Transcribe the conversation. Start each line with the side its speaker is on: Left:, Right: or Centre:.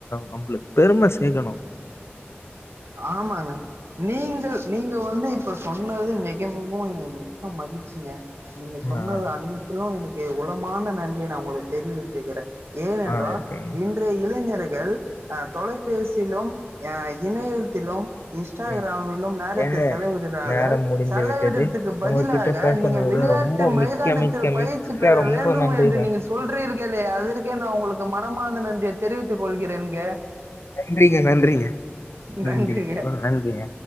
Left: நம்பளுக் பெரும சேக்கணும்
Right: ஆமாங்க நீங்கள் நீங்க வந்து இப்ப சொன்னது மிக மிகவும் இண மிக்க மகிழ்ச்சிங்க நீங்க சொன்னது
Left: ஆ
Right: அனைத்திலும் எனக்கு உலமாந்த நன்றியை நான் உங்களுக்கு தெரிவித்துக்கிறேன் ஏனென்றா
Left: ஆ ஓகேங்க
Right: இன்றைய இளைஞரை ஹ தொலைபேசியிலும் ஹ இணைய இன்ஸ்டாகிராமும்
Left: ம்
Right: நேரத்தை
Left: ஏங்க
Right: செலவிடுகிறார்கள்
Left: நேரம் முடிந்து
Right: செலவிடுதுக்கு
Left: விட்டது
Right: பதிலாக
Left: உங்ககிட்ட பேசுனது
Right: நீங்க விளையாட்டு
Left: ரொம்ப
Right: மைதானத்தில்
Left: மிக்க மிக்க
Right: பயிற்சி
Left: மிக்க
Right: பெற
Left: ரொம்ப
Right: வேண்டும்
Left: நன்றிங்க
Right: என்று நீங்க சொல்லுறீங்க அதற்கே நான் உங்களுக்கு மனமார்ந்த நன்றிய தெரிவித்துக் கொள்கிறேன்
Left: நன்றிங்க நன்றிங்க நன்றி
Right: நன்றிங்க
Left: நன்றிங்க